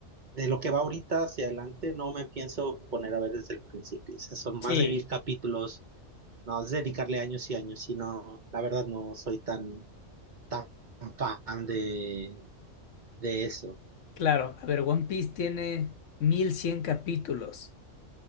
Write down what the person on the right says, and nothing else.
de lo que va ahorita hacia adelante, no me pienso poner a ver desde el principio. O sea, son
más de mil capítulos No, es dedicarle años y años, si no, la verdad no soy tan, tan fan de, de eso.